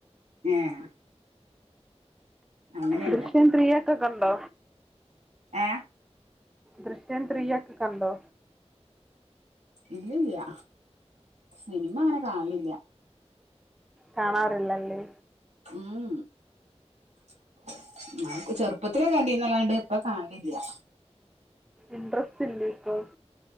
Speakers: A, on the right (about 85°); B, in the centre.
A: ഏഹ് അങ്ങനെയാണല്ലേ
B: ദൃശ്യപ്രിയ ഇത്ത കണ്ടോ
A: ഏ
B: ദൃശ്യൻ ട്രീ ഒക്കെ കണ്ടോ
A: ഇല്ലല്ല സിനിമ അങ്ങനെ കാണലില്ല
B: കാണാറില്ലല്ലേ
A: ഉം <inaudible> ചെറുപ്പത്തിലൊ കണ്ടന്നല്ലാണ്ട് ഇപ്പൊ കാണലില്ല
B: ഇൻട്രസ്റ്റ് ഇല്ല ഇപ്പൊ